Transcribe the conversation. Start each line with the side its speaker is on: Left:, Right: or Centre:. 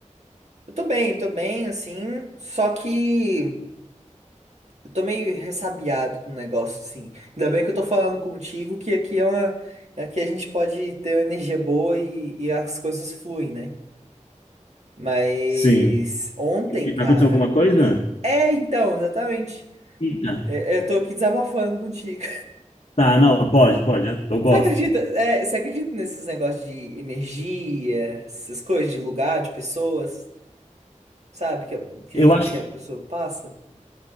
Right: eu tô bem, tô bem, assim, só que eu tô meio ressabiado com o negócio, assim. Ainda bem que eu tô falando contigo que aqui é uma, aqui a gente pode ter uma energia boa e, e as coisas fluem, né? Mas
Left: Sim.
Right: ontem, cara.
Left: Aconteceu alguma coisa?
Right: É, então, exatamente.
Left: Eita.
Right: Eu eu tô aqui desabafando contigo.
Left: Tá, não, pode, pode. Eu gosto.
Right: Você acredita, é, você acredita nesses negócios de energia, essas coisas de lugar, de pessoas, sabe? Que a, que
Left: Eu
Right: a, ener-
Left: acho
Right: que a pessoa passa?